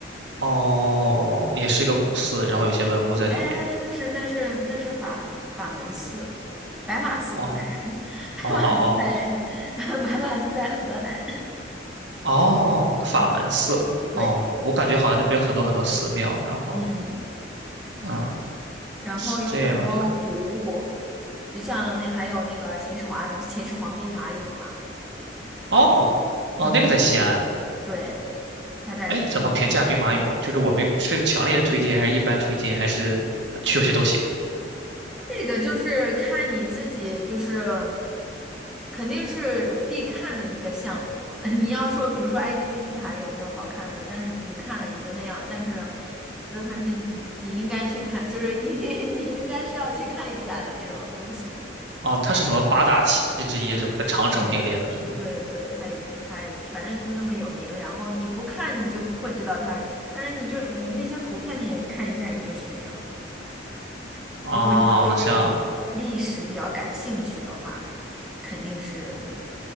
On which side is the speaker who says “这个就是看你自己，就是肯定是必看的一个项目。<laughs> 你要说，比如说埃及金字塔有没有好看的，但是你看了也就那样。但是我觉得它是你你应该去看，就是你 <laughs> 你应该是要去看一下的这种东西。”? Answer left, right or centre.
Centre